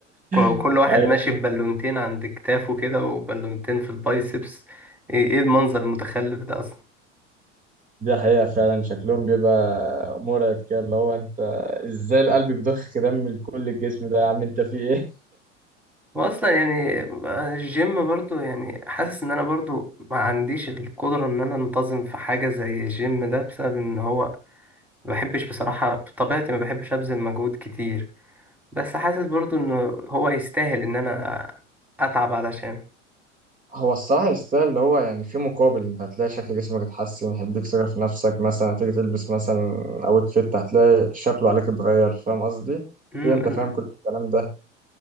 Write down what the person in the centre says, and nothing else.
ك-
كل واحد
ماشي ببالونتين عند كتافه كده وبالونتين في البايسبس ايه إيه المنظر المتخلف ده اصلا
واصلا يعني آه، الجيم برضو يعني حاسس ان انا برضو ما عنديش القدرة ان انا انتظم في حاجة زي الجيم ده بسبب ان هو ما بحبش بصراحة بطبيعتي ما بحبش ابذل مجهود كتير بس حاسس برضو ان هو يستاهل ان انا اتعب علشان
امم